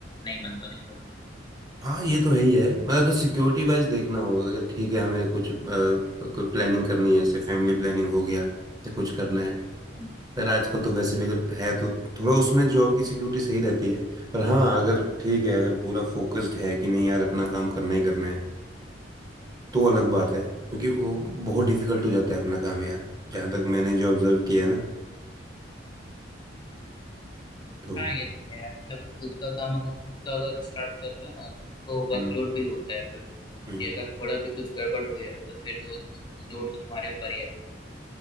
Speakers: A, on the left (about 25°); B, on the right (about 20°).
A: नहीं मन तो नहीं करो
B: हाँ ये तो है ही है मतलब अगर सिक्योरिटी वाइज देखना होगा अगर ठीक है हमें कुछ अ, कोई प्लानिंग करनी है जैसे फैमिली प्लानिंग हो गया या कुछ करना है
A: हम्म
B: पर आजकल तो वैसे भी अगर है तो थोड़ा उसमें जॉब की सिक्योरिटी सही रहती है पर हाँ अगर ठीक है अगर पूरा फोकस्ड है कि नहीं यार अपना काम करना ही करना है तो
A: हम्म
B: अलग
A: हम्म।
B: बात है क्योंकि वो बहुत डिफिकल्ट हो जाता है अपना काम यार जहाँ तक मैंने जो ऑब्जर्व किया है ना तो
A: हाँ ये तो है यार मतलब खुद का काम अगर खुद का अगर स्टार्ट करते हो ना तुमको
B: हम्म,
A: वर्कलोड भी होता है फिर कि
B: हम्म।
A: अगर थोड़ा भी कुछ गड़बड़ हुई है तो फिर वो लोड तो तुम्हारे ऊपर ही आएगा